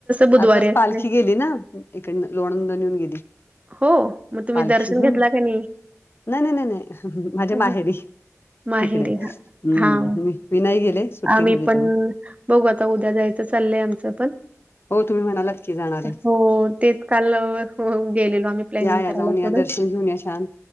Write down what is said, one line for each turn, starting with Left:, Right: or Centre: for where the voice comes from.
Right: बुधवारी
Left: आताच
Right: असते.
Left: पालखी गेली ना इकड लोणंदणी येऊन गेली.
Right: हो मग तुम्ही
Left: पालखी
Right: दर्शन घेतला
Left: हम्म
Right: का नाही.
Left: नाही नाही नाही नाही माझ्या
Right: हं.
Left: माहेरी.
Right: माहेरी
Left: तिकडे
Right: हां.
Left: हम्म
Right: हां.
Left: मी नाही गेले सुट्टी
Right: आम्ही
Left: नव्हती
Right: पण
Left: त्यामुळे.
Right: बघू आता उद्या जायचं चाललंय आमचं पण.
Left: हो तुम्ही म्हणालात की जाणार आहे
Right: हो तेच काल. गेलेलो आम्ही प्लॅनिंग
Left: या या
Right: करायला
Left: जाऊन या
Right: थोडं.
Left: दर्शन घेऊन या छान.